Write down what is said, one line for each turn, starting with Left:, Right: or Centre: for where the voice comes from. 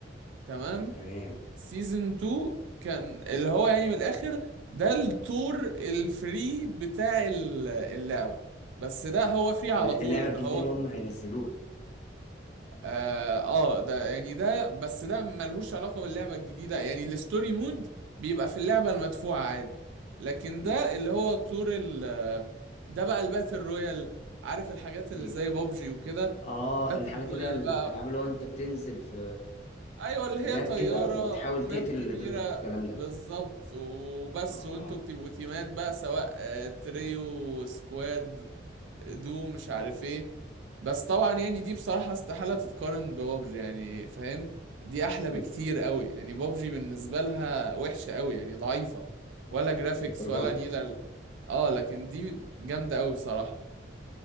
Right: تمام
Left: تمام
Right: سيزون 2 كان اللي هو يعني من الآخر ده التور الفري بتاع ال- اللعبة بس ده هو فري على
Left: الل-
Right: طول
Left: اللعبه
Right: ان
Left: الجديده
Right: هو
Left: اللي هم هينزلوها
Right: اه آه، ده يعني ده بس ده ملهوش علاقة باللعبة الجديدة يعني الستوري مود بيبقى في اللعبة المدفوعة عادي لكن
Left: مم.
Right: ده اللي هو طور ال آه، ده بقى الباتل رويال عارف الحاجات اللي
Left: مم.
Right: زي بابجي وكده
Left: اه
Right: باتل
Left: الحاجات
Right: رويال
Left: اللي هي الالعاب
Right: بقى
Left: اللي هو انت بتنزل في
Right: ايوه اللي
Left: في
Right: هي
Left: ماب
Right: طيارة
Left: كده وتحاول
Right: وماب
Left: تقتل
Right: كبيرة
Left: اللي ضدك والكلام ده
Right: بالظبط وبس
Left: اه
Right: وانتوا بتبقوا تيمات بقى سواء آه، تريو سكواد دو مش عارف ايه بس طبعا يعني دي بصراحة استحالة تتقارن ببابجي يعني فاهم دي احلى
Left: مم.
Right: بكتير قوي يعني بابجي بالنسبة لها وحشة قوي يعني ضعيفة ولا جرافيكس
Left: بالدرجه
Right: ولا
Left: دي
Right: نيلة ال- اه لكن دي جامدة قوي بصراحة